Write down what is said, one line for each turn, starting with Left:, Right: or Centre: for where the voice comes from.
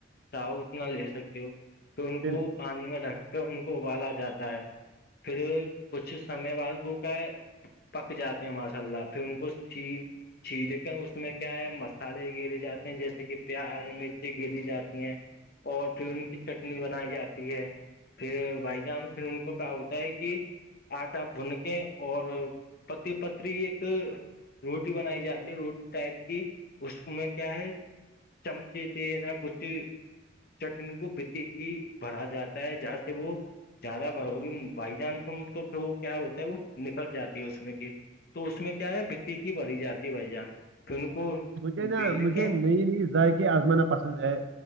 Left: چاہو اتنا لے سکتے ہو پھر ان کو
Right: بالکل
Left: پانی میں رکھ کر ان کو ابالا جاتا ہے پھر کچھ سمے بعد وہ کا پک جاتے ہیں ماشاء اللہ پھر ان کو چھی دیتے اس میں کیا ہے مسالے گیرے جاتے ہیں جیسے کہ پیار مرچیں گری جاتی ہیں اور ون کی چٹنی بنائی جاتی ہے پھر بھائی جان پھر ان کو کہا ہوتا ہے کہ آٹا بھن کے اور پتی پتری ایک روٹی بنائی جاتی ہے روٹی ٹائپ کی اس میں کیا ہے چمچے ت نہ کچھ چٹنی کو بتی کی بھرا جاتا ہے جہاں سے وہ زیادہ بار ہوگی بائی جان ت تو پھر وہ کیا ہوتا ہے وہ نکل جاتی ہے اس میں کہ تو اس میں کیا ہے بتیکی بڑھی جاتی بھائی جان پھر ان کو
Right: مجھے نا
Left: بیل کی
Right: مجھے نئی نئی ذائق آزمانا پسند ہے